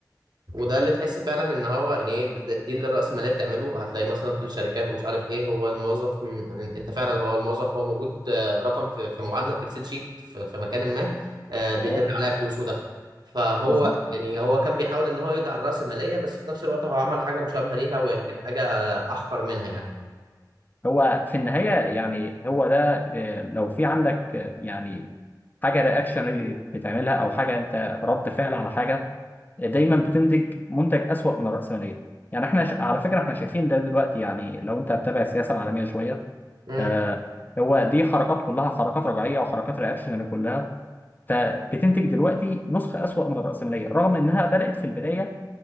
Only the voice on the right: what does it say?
وده اللي تحس فعلا ان هو يعني ايه د- دي اللي الرأسمالية بتعمله هتلاقي مثلا في الشركات ومش عارف ايه هو الموظف م- انت فعلا هو الموظف هو موجود آه، رقم في في معادلة في اكسل شيت في في مكان ما آه، بيدر
عليها فلوس ودخل فهو
يعني هو كان بيحاول ان هو يدعي على الرأسمالية بس في نفس الوقت هو عمل حاجة مشابهة ليها ويمكن حاجة آه، احقر منها يعني
امم